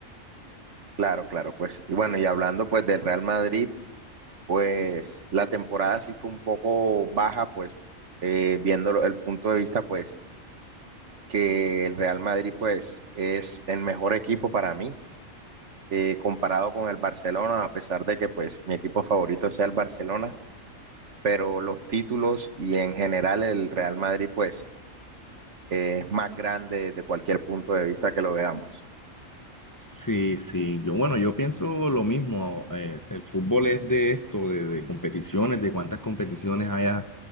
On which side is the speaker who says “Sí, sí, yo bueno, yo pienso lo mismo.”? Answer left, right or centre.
Left